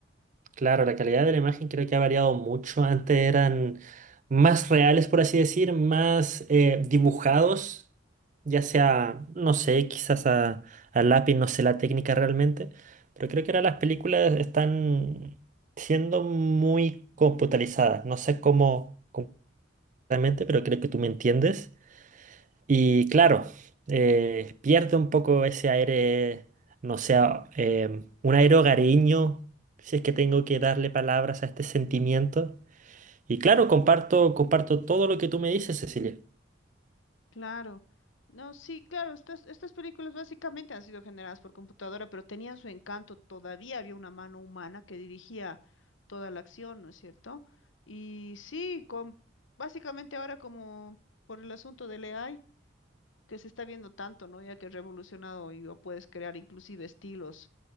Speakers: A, on the right; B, on the left.
A: Claro, la calidad de la imagen creo que ha variado mucho. Antes eran más reales, por así decir, más eh, dibujados, ya sea, no sé, quizás a, a lápiz, no sé la técnica realmente, pero creo que ahora las películas están siendo muy computarizadas. No sé cómo, cómo realmente, pero creo que tú me entiendes. Y claro, eh, pierde un poco ese aire, no sé, em, un aire hogareño, si es que tengo que darle palabras a este sentimiento. Y claro, comparto, comparto todo lo que tú me dices, Cecilia.
B: Claro. No, sí, claro, estas, estas películas básicamente han sido generadas por computadora, pero tenían su encanto. Todavía había una mano humana que dirigía toda la acción, ¿no es cierto? Y sí, con, básicamente ahora como por el asunto del AI, que se está viendo tanto, ¿no? Ya que es revolucionado y o puedes crear inclusive estilos